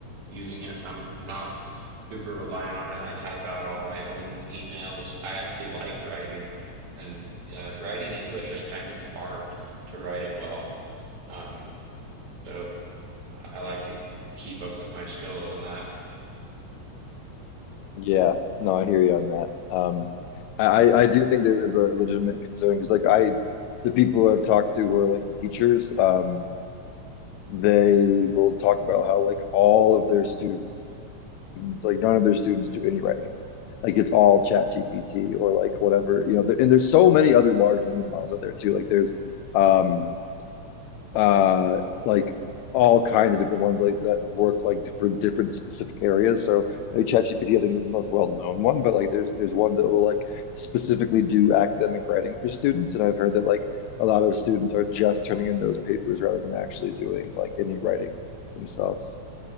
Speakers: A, on the right; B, on the left.
A: using it, I'm not super reliant on it. I type out all my own emails. I actually like writing, and uh, writing English is kind of hard to write it well. Um, so I like to keep up with my skills on that.
B: Yeah, no, I hear you on that. Um, I I do think there is a legitimate concern because like I, the people who I've talked to who are like teachers, um, they will talk about how like all of their students students, like none of their students do any writing anymore. Like it's all chat GPT or like whatever, you know, there, and there's so many other large language models out there too. Like there's um uh like all kinds of different ones like that work like for different specific areas. So like ChatGPT, I think is the most well-known one, but like there's there's one that will like specifically do academic writing for students. And I've heard that like a lot of students are just turning in those papers rather than actually doing like any writing themselves.